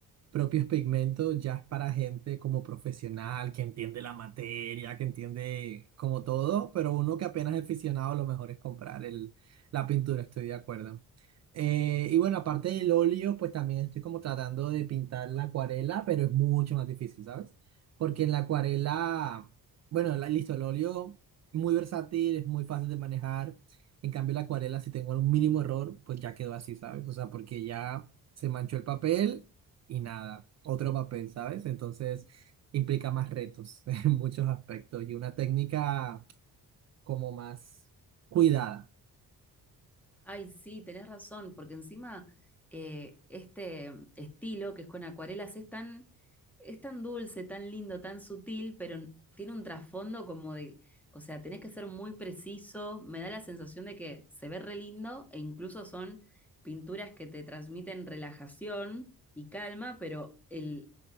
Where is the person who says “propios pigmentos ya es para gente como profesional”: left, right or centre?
Right